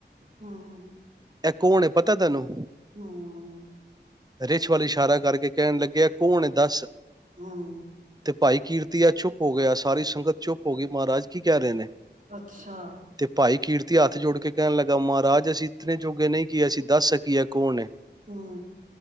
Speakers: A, on the right; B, on the right.
A: ਹਾਂ
B: ਇਹ ਕੌਣ ਪਤਾ ਤੈਨੂੰ
A: ਹੂੰ।
B: ਰਿਿੱਛ ਵਾਲੀ ਇਸ਼ਾਰਾ ਕਰਕੇ ਕਹਿਣ ਲੱਗੇ ਗਿਆ ਕੌਣ ਦੱਸ
A: ਹਮ
B: ਤੇ ਭਾਈ ਕੀਰਤੀਆ ਚੁੱਪ ਹੋ ਗਿਆ ਸਾਰੀ ਸੰਗਤ ਚੁੱਪ ਹੋ ਗਈ ਮਹਾਰਾਜ ਕੀ ਕਹਿ ਰਹੇ ਨੇ
A: ਅੱਛਾ।
B: ਤੇ ਭਾਈ ਕੀਰਤੀ ਹੱਥ ਜੋੜ ਕੇ ਕਹਿਣ ਲੱਗਾ ਮਹਾਰਾਜ ਅਸੀਂ ਇਤੇ ਜੋਗੇ ਨਹੀਂ ਕੀ ਅਸੀਂ ਦੱਸ ਸਕੀਏ ਕੌਣ ਨੇ
A: ਹੂੰ।